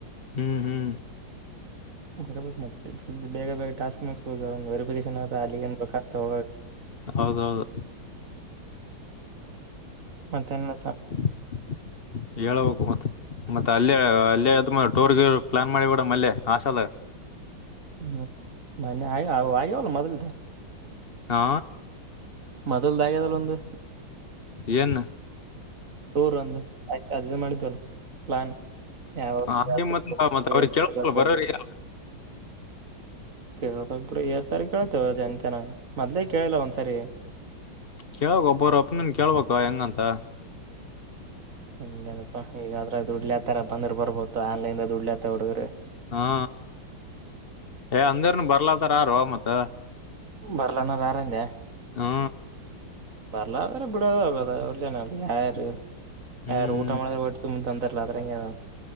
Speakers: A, on the left; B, on the right.
A: ಹ್ಮ್ ಹ್ಮ್
B: ಬರ್ಬೇಕು ಮತ್ತೆ ಜಿ ಬೇಗ ಬೇಗ ಟಾಸ್ಕ್ ಮುಗಸ್ಬೇಕುಂದು ವೆರಿಫಿಕೇಶನ್ ಆ ಅಲ್ಲಿಗೆನ್ ಬೇಕತ ಹೋಗ
A: ಹೌದೌದು
B: ಮತ್ತೇನ್ಮ
A: <inaudible> ಹೇಳ್ಬೇಕು ಮತ್ತ ಮತ್ತೆ ಅಲ್ಲೇ ಅಲ್ಲಿೇ ಆದ ಮ ಟೋರ್ಗೆ ಪ್ಲಾನ್ ಮಾಡಿಬೋಡ ಮಲ್ಲೆ ಆಸ ಅಲ್
B: ಹ್ಮ್ ಮನ್ನ ಆಯ ಆಯ್ಯವಲ್ಲ ಮೊದ್ಲ್ದೆ
A: ಹಾ
B: ಮೊದಲುದಾಗದಲ್ಲ ಒಂದು
A: ಏನ್
B: ಟೂರ್ ಒಂದು ಆಯ್ತು ಅದ ಮಾಡಿದವಲ್ಲ ಪ್ಲಾನ್ ಯಾವಾಗ <unintelligible>
A: ಅಲ್ಲಿ ಮತ್ ಮತ್ ಅವ್ರಿಗೆ ಕೇಳಲ್ಲ
B: ಬರ್ಬ
A: ಬರೋರಿಗೆ
B: ಕೇಳ್ಬಕ್ ಬಿಿಡು ಎಷ್ಟ ಸಾರಿ ಕೇೇಳತೇವ ಜಂತನ ಮೊದ್ಲೇ ಕೇಳಿಲ್ಲ ಒಂದ್ಸರಿ
A: ಕೇಳಳ್ಬೇಕ ಒಬ್ಬರ ಅಪ್ಪನನ್ ಕೇಳ್ಬೇಕ ಹೆಂಗಂತ
B: ಹಂಗಗೆನಪ್ಪಾ ಈಗಾದ್ರ ದುಡ್ಲಿ ಆತರ ಬಂದ್ರರ್ ಬರ್ಬಹು ಆನ್ಲೈನ್ ಡ್ಲಿ ಆತ ಹುಡುಗ್ರಿ
A: ಹಾ ಏ ಅಂದರ್ನು ಬರ್ಲದಾರಾರೋ ಮತ್ತ
B: ಬರಲನ ಯಾರಂದ
A: ಹಾ
B: ಬರ್ಲ್ರ ಬಿಡದ ಆಗದ ಅವರ್ಲನ ಯಾರು
A: ಹ್ಮ್
B: ಯಾರು ಊಟ ಮಾಡಿದ ಒಟ್ಟ ತುಂಬಂತ ಇಲಾದ್ರ ಹಂಗೆಾರ